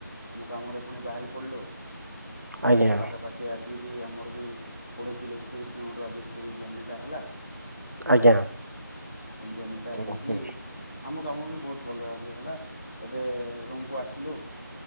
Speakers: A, on the left; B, on the right.
A: ଆମ କାମରେ ପୁଣି ବାହାରି ପଡିଲୁ।
B: ଆଜ୍ଞା
A: ପାଖାପାଖି ଆଜି ବି ଆମର ବି କୋଡଏ ଥିଲେ। ତିରିଶ କିଲୋମିଟର ଆଜି ଫିଲ୍ଡ ଜର୍ଣ୍ଣିି ଟା ହେଲା।
B: ଆଜ୍ଞା
A: ଜର୍ଣ୍ଣି
B: ଓ
A: ହେଇକି।
B: ହୋ
A: ଆମ କାମ ବି ବହୁତ ଭଲ ହେଲା ଏବେ ରୁମକୁୁ ଆସିଲୁ।